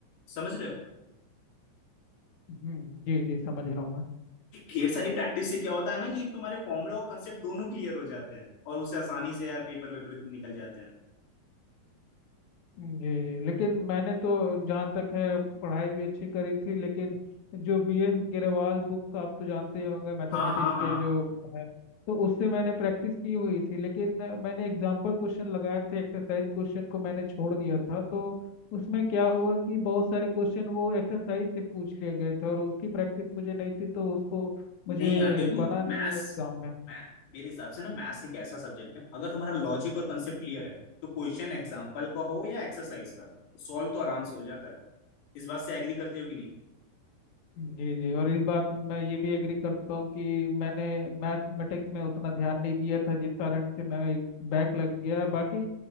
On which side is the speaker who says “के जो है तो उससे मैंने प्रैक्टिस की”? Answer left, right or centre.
Left